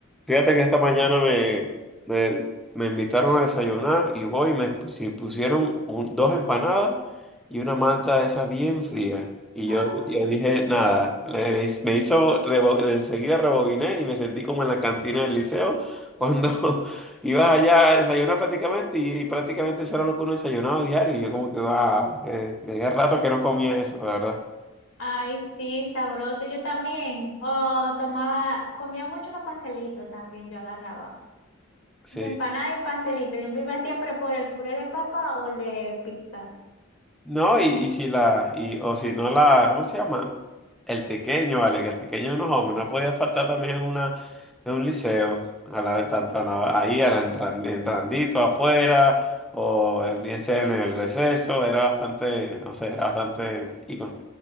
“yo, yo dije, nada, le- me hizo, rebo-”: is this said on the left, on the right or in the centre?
Centre